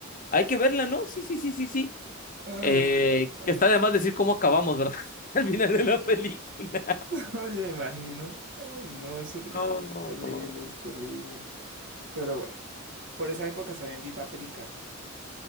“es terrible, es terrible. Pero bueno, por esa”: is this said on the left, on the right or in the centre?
Right